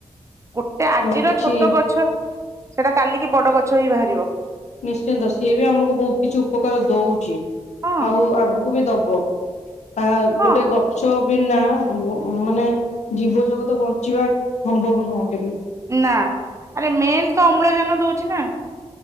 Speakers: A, on the right (about 25°); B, on the left (about 85°).
A: ଗୋଟେ ଆଜିର
B: ଆମେ କିଛି
A: ଛୋଟ ଗଛ ସେଟା କାଲିକି ବଡ ଗଛ ହେଇ ବାହାରି ରିବ
B: ନିଶ୍ଚିନ୍ତ ସିଏ ବି ଆମକୁ ବୋହୁତ କିଛି ଉପକାର ଦୋଉଚି।
A: ହଁ
B: ଆଉ ଆଗୁକୁ ବି ଦ ବ ତାହା
A: ହଁ
B: ଗୋଟେ ଗଛ ବିନା ଉଁ-ମାନେ ଜୀବଜଗତ ବଞ୍ଚିବା ସମ୍ଭବ ନୁହଁ କେବେ।
A: ନା ଆରେ ମେନ୍ ତ ଅମ୍ଳଜାନ ଦୋଉଚି ନା।